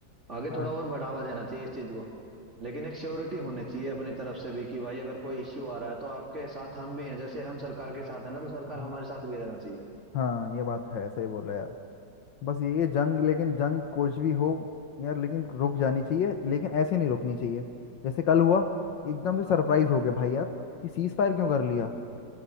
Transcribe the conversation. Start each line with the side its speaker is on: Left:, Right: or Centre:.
Right: आगे
Left: हाँ
Right: थोड़ा और बढ़ावा देना चाहिए इस चीज को लेकिन एक श्योरिटी होनी चाहिए अपनी तरफ से भी कि भाई अगर कोई इश्यू आ रहा है तो आपके साथ हम भी हैं जैसे हम सरकार के साथ है ना तो सरकार हमारे
Left: हाँ
Right: साथ भी रहना चाहिए
Left: हाँ ये बात है सही बोला यार बस ये ये जंग लेकिन जंग कुछ भी हो यार लेकिन रुक जानी चाहिए लेकिन ऐसे नहीं रुकनी चाहिए जैसे कल हुआ एकदम से सरप्राइज हो गए भाई यार ये सीज फायर क्यों कर लिया